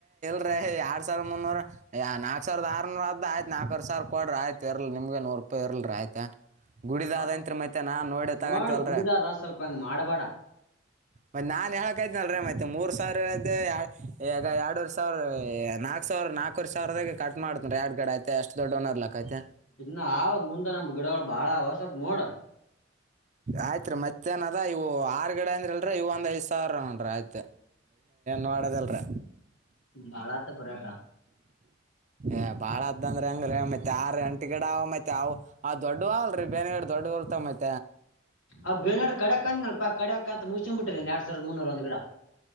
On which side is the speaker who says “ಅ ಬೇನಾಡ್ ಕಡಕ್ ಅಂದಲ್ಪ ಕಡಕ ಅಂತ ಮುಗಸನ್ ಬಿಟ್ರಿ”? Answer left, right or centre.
Left